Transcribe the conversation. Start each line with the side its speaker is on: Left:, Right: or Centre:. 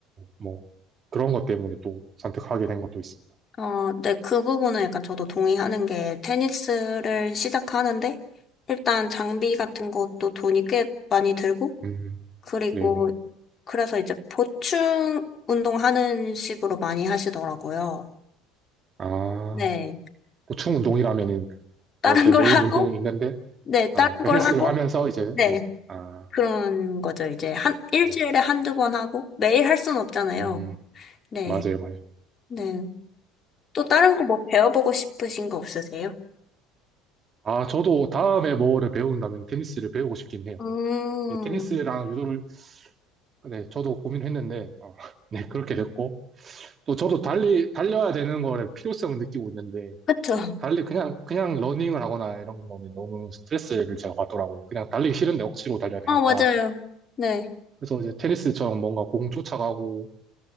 Right: 또뭐 그런 것 때문에 또 선택하게 된 것도 있습니다.
Left: 어, 네, 그 부분은 약간 저도 동의하는 게 테니스를 시작하는데 일단 장비 같은 것도 돈이 꽤 많이 들고
Right: 음,
Left: 그리고
Right: 네네.
Left: 그래서 이제 보충 운동하는 식으로 많이 하시더라고요.
Right: 아,
Left: 네.
Right: 보충 운동이라면은
Left: 다른
Right: 뭐 그
Left: 걸
Right: 메인
Left: 하고,
Right: 운동은 있는데
Left: 네, 다른
Right: 아, 그
Left: 걸
Right: 헬스를
Left: 하고,
Right: 하면서 이제
Left: 네.
Right: 네. 아,
Left: 그런 거죠. 이제 한, 일주일에
Right: 맞아요.
Left: 한두 번 하고 매일 할 순 없잖아요.
Right: 음,
Left: 네.
Right: 맞아요, 맞아요.
Left: 네. 또 다른 거 뭐 배워보고 싶으신 거 없으세요?
Right: 아, 저도 다음에 뭐를 배운다면 테니스를 배우고 싶긴 해요.
Left: 음,
Right: 이 테니스랑 유도를 네, 저도 고민했는데 아, <laughs> 네, 그렇게 됐고 또 저도 달리, 달려야 되는 거에 필요성을 느끼고 있는데,
Left: 그쵸.
Right: 달리 그냥, 그냥 러닝을 하거나 이런 거는 너무 스트레스를 제가 받더라고요. 그냥 달리기 싫은데 억지로 달려야 되니까.
Left: 어, 맞아요. 네,
Right: 그래서 이제 테니스처럼 뭔가 공 쫓아가고